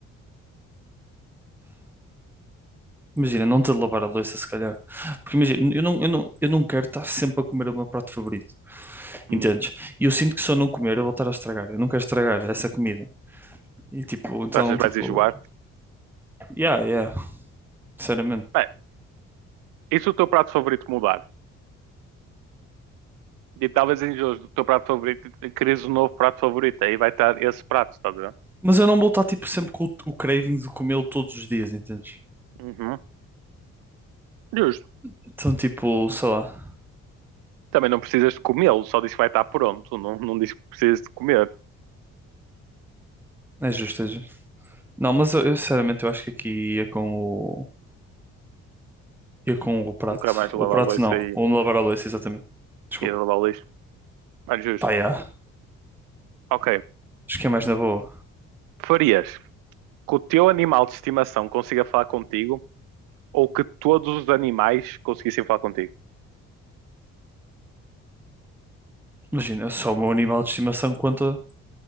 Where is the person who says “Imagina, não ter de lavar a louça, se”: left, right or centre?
Centre